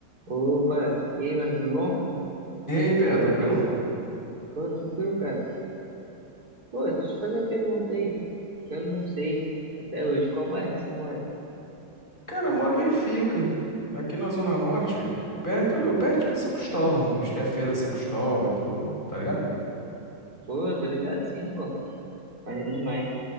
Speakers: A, on the right; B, on the left.
A: Opa, e aí, mano, tudo bom?
B: E aí, Pedro, tranquilo?
A: Tô tranquilo, cara. Pô, deixa eu te fazer uma pergunta aí, que eu não sei até hoje qual bairro que você mora.
B: Cara, eu moro bem Benfica, aqui na Zona Norte, perto, pertinho de São Cristóvão. A tem a feira de São Cristóvão e tudo, tá ligado?
A: Pô, tô ligado sim, pô. Maneiro demais.